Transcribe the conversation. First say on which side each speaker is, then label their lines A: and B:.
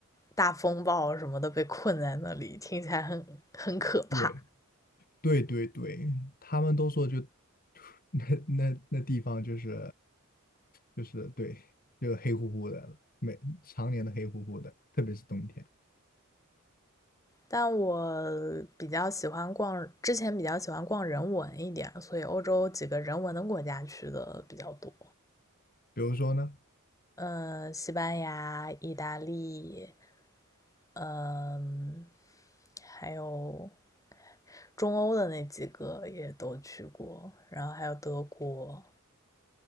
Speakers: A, on the left; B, on the left.
A: 大风暴什么的被困在那里，听起来很很可怕。
B: 对。对对对，他们都说就 <laughs> 那那那地方就是就是对，就黑乎乎的了，每常年的黑乎乎的，特别是冬天。
A: 但我比较喜欢逛，之前比较喜欢逛人文一点，所以欧洲几个人文的国家去的比较多。
B: 比如说呢，
A: 嗯，西班牙、意大利，嗯，还有中欧的那几个也都去过，然后还有德国，